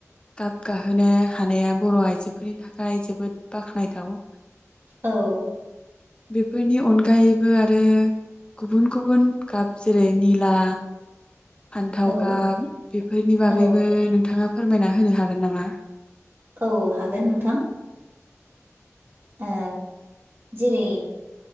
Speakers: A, on the left; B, on the right.
A: गाब गाहोनो हानाया बर' आइजोफोरनि थाखाय जोबोद बाखनायथाव।
B: औ
A: बेफोरनि अनगायैबो आरो गुबुन गुबुन गाब जेरै निला फान्थाव
B: औ
A: गाब बेफोरनि बागैबो
B: औ
A: नोंथाङा फोरमायना होनो हागोन नामा?
B: औ हागोन नोंथां। ओ जेरै